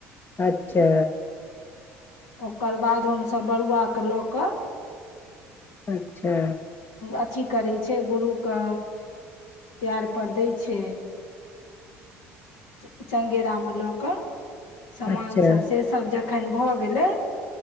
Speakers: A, on the left (about 30°); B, on the left (about 70°).
A: अच्छा।
B: ओकर बाद हम सब बरुआ क लऽ के
A: अच्छा।
B: अथी करै छै गुरु के पाएर पर दै छै। चे चंगेरा मे लऽ क समान
A: अच्छा
B: सब से सब ज खन भ गेले।